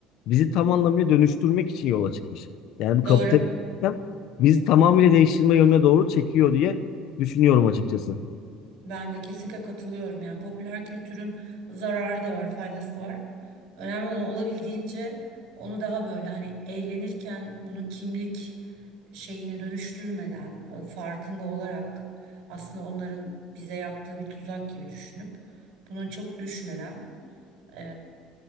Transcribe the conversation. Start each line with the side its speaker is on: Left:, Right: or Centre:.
Left: bizi tam anlamıyla dönüştürmek için yola çıkmış. Yani bu kapitalist
Right: Doğru.
Left: sistem bizi tamamıyla değiştirme yönüne doğru çekiyor diye düşünüyorum açıkçası.
Right: Ben de kesinlikle katılıyorum. Yani popüler kültürün zararı da var, faydası da var. Önemli olan olabildiğince onu daha böyle hani eğlenirken bunu kimlik şeyine dönüştürmeden e, farkında olarak aslında onların bize yaptığı bir tuzak gibi düşünüp buna çok düşmeden ee,